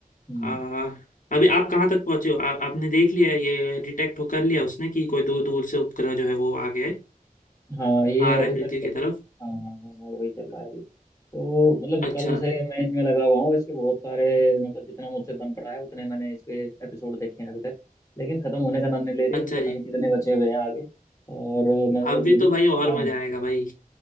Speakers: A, on the left (about 20°); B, on the left (about 60°).
A: हम्म
B: आ, अभी आप कहाँ तक पहुंचे हो आ, आपने देख लिया है ये डिटेक्ट हो कर लिया उसने कि कोई दूर दूर से उपग्रह जो है वो आ गया है
A: हाँ ये
B: आ
A: अभी
B: रहा है पृथ्वी
A: तक
B: की
A: चल
B: तरफ
A: हाँ हाँ हाँ हाँ, वही चल रहा है अभी तो मतलब
B: अच्छा
A: कल से मैच में लगा हुआ हूँ इसके बहुत सारे मतलब जितना मुझसे बन पड़ा है उतने मैंने इसके एपिसोड देखे हैं अभी तक लेकिन खत्म होने का नाम नहीं ले रही
B: अच्छा
A: अभी पता
B: जी
A: नहीं कितने बचे हुए हैं आगे और मैं
B: अभी
A: तो, मुझे
B: तो
A: तो
B: भाई
A: बता
B: और मजा
A: दो
B: आएगा भाई